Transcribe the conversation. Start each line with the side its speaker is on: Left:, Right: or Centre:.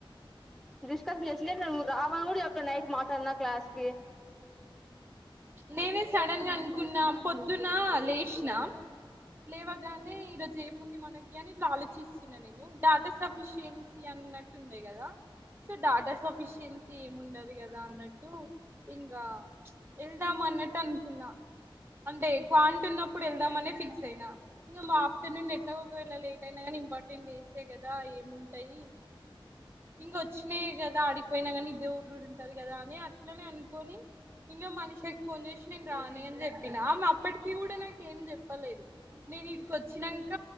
Centre: న రావను కూడా చేప్పిన నైట్ మాట్లాడినా క్లాస్ కి
Right: నేనే సడన్గా అనుకున్నా పొద్దున్న లేషిన లేవగానే ఈరోజు ఏముంది మనకి అని ఇట్లా ఆలోచిస్తున్నా నేను డాటా సఫిషియన్సీ అన్నట్టు ఉండయి కదా సో డాటా సఫిషియన్సీ ఏమిండదు కదా అన్నట్టు ఇంకా వెళ్దాం అన్నట్టు అనుకున్నా అంటే కాంటున్నప్పుడు వెళ్దామనే ఫిక్స్ అయినా ఇంకా మా ఆఫ్టర్నూన్ ఎట్లా ఒకవేళ లేట్ అయినా కానీ ఇంపార్టెంట్ డేసే కదా ఏముంటాయి ఇంగొ వచ్చినాయి కదా ఆడిపోయినా కానీ ఇదే ఓర్రుడు ఉంటది కదా అని అట్లనే అనుకొని ఇంకా మనిషాకి ఫోన్ చేసి నేను రాని అని చెప్పిన ఆమె అప్పటికి కూడా నాక ఏం చెప్పలేదు నేను ఇడి కి వచ్చినంక